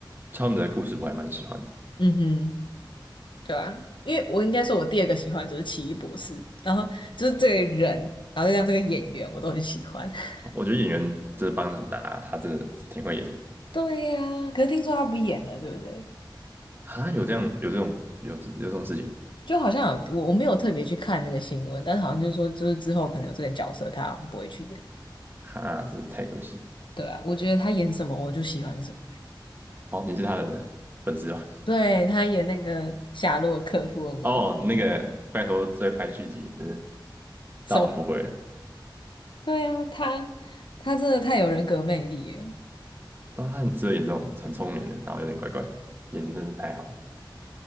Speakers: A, on the right; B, on the left.
A: 他们的故事我还蛮喜欢的。
B: 嗯哼，对啊，因为我应该说，我第二个喜欢就是奇异博士，然后就是这个人，然后再加上这个演员，我都很喜欢。<laughs>
A: 哦我觉得演员真的帮的很大啊他真的挺会演的。
B: 对呀、可是听说他不演了，对不对？
A: 哈，有这样有这种有这有这种事情，
B: 就好像有我我没有特别去看那个新闻，但是好像就是说，就是之后可能有这个角色，他好像不会去演。
A: 哈，真是太可惜。
B: 对啊，我觉得他演什么我就喜欢什么。
A: 哦，你是他的粉丝吧？
B: 对，他演那个夏洛克·福尔摩斯，
A: 哦，那个拜托再拍续集，真的
B: 什么？
A: 大王不会了。
B: 对啊，他他真的太有人格魅力了。
A: 但他很值得演这种很聪明的，然后有点怪怪，演的真的太好。